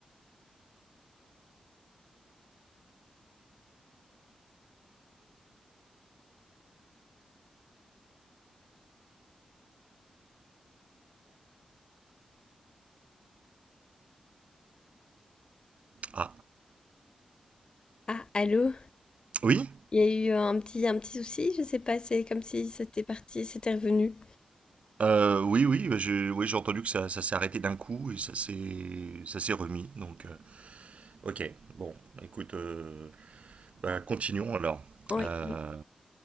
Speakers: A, on the right; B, on the left.
A: Ah,
B: Ah, allô?
A: oui,
B: Il y a eu un petit, un petit souci, je sais pas, c'est comme si c'était parti, c'était revenu.
A: Euh, oui, oui, bah, je- oui, j'ai entendu que ça, ça s'est arrêté d'un coup et ça s'est, ça s'est remis. Donc, euh, ok, bon, écoute, euh, bah, continuons alors.
B: Oh Oui,
A: Euh,
B: oui,